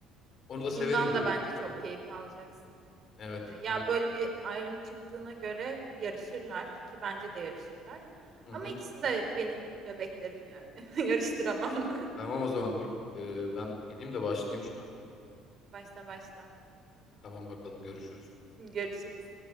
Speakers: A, on the left (about 45°); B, on the right (about 40°).
A: Onu
B: Bundan
A: da severim diye
B: da bence
A: düşünüyorum.
B: çok keyif alacaksın. Kesinlikle.
A: Evet,
B: Ya
A: evet.
B: böyle bir ayrım çıktığına göre yarışırlar ki bence de yarışırlar.
A: Hı
B: Ama
A: hı.
B: ikisi de benim bebeklerim yani. <laughs> Yarıştıramam.
A: Tamam o zaman dur. Ee, ben gideyim de başlayayım şuna.
B: <laughs> Başla başla.
A: Tamam bakalım görüşürüz.
B: Görüşürüz.